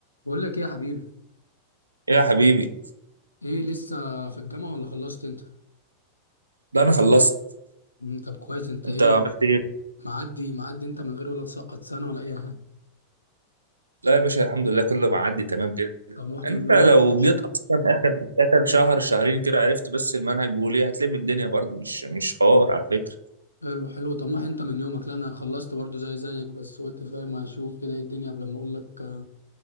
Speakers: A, on the left (about 80°); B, on the right (about 80°).
A: بقول لك ايه يا حبيبي
B: إيه يا حبيبي
A: ايه لسه في الجامعة ولا خلصت انت
B: ده انا خلصت
A: مم، طب كويس انت ايه
B: انت عملت ايه
A: معدي معدي انت من غير ولا تسقط سنة ولا اي حاجة
B: لا يا باشا الحمد لله كله معدي تمام كده
A: طموح
B: انت
A: من يومك
B: لو
A: يا باشا.
B: جيت اصلا اخر اخر شهر شهرين كده عرفت بس المنهج وليه هتلم الدنيا برضو مش مش حوار على فكره
A: حلو حلو طموح انت من يومك لا انا خلصت برضو زي زيك بس قلت فاهم اشوف كده ايه الدنيا قبل ما اقول لك آه،